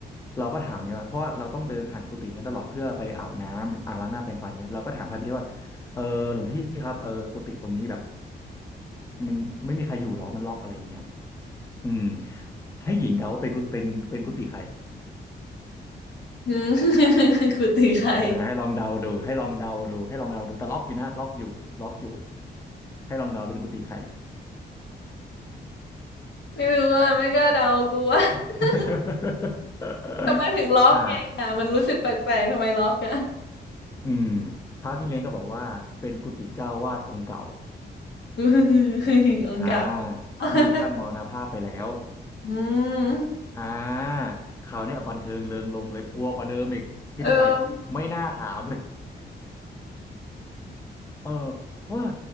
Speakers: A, on the left; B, on the left.
A: เราก็ถามไงว่าเพราะว่าเราต้องเดินผ่านกุฏินั้นตลอดเพื่อไปอาบน้ำอ่าล้างหน้าแปรงฟันเงี้ยเราก็ถามพระพี่เลี้ยงว่าเออหลวงพี่ครับเออกุฏิตรงนี้แบบมันไม่มีใครอยู่หรอมันล็อกอะไรอย่างเงี้ยอืมให้หญิงเดาว่าเป็นกุเป็นเป็นกุฏิใคร
B: อืม <laughs> คือตีใคร
A: เอ่ให้ลองเดาดูให้ลองเดาดูให้ลองเดาดูแต่ล็อกอยู่นะล็อกอยู่ล็อกอยู่ให้ลองเดาเป็นกุฏิใคร
B: ไม่รู้อ่ะไม่กล้าเดากูว่า
A: <laughs>
B: <laughs> ทำไมถึงล็อกไงอ่ะมันรู้สึกแปลกๆทำไมล็อกอ่ะ
A: อ่าอืมพระพี่เลี้ยงก็บอกว่าเป็นกุฏิเจ้าวาดองค์เก่า
B: <laughs> องค์กลับ
A: อ่า
B: <laughs>
A: ที่ท่านมรณภาพไปแล้ว
B: อืม
A: อ่าคราวเนี้ยบันเทิงเริงรมย์เลยกลัวกว่าเดิมอีกคิดในใจ
B: เออ
A: ไม่น่าถามเลย เออเพราะว่า